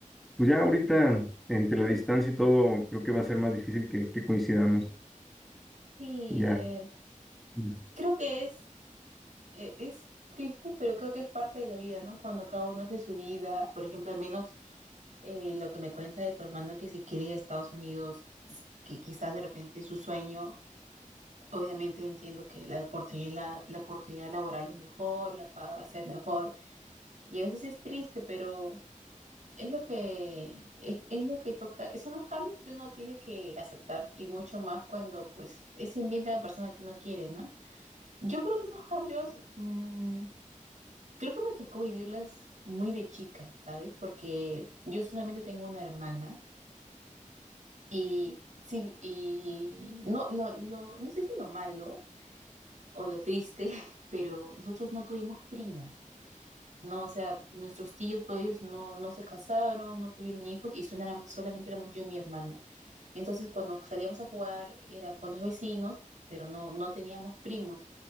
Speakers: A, in the centre; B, on the right (about 60°).
A: pues ya ahorita, entre la distancia y todo, creo que va a ser más difícil que, que coincidamos.
B: Sí,
A: Ya.
B: eh,
A: Ujú,
B: creo que es, eh, es triste, pero creo que es parte de la vida, ¿no? Cuando cada uno hace su vida, por ejemplo, al menos eh, lo que me cuenta de tu hermano que se quiere ir a Estados Unidos, que quizás de repente es su sueño, obviamente entiendo que la oportunidad, la, la oportunidad laboral es mejor, la paga va a ser mejor, Y a veces es triste, pero es lo que, es, es lo que toca, son los cambios que uno tiene que aceptar y mucho más cuando pues es ambiente de la persona que uno quiere, ¿no? Yo creo que esos cambios, mm, creo que me tocó vivirlas muy de chica, ¿sabes? Porque yo solamente tengo una hermana y, sí, y no, lo, lo- no sé si lo malo o lo triste, <laughs> pero nosotros no tuvimos primos. No, o sea, nuestros tíos, todos ellos no, no se casaron, no tuvieron hijos y solo éram- solamente éramos yo y mi hermana. Entonces, cuando salíamos a jugar era con los vecinos, pero no, no teníamos primos.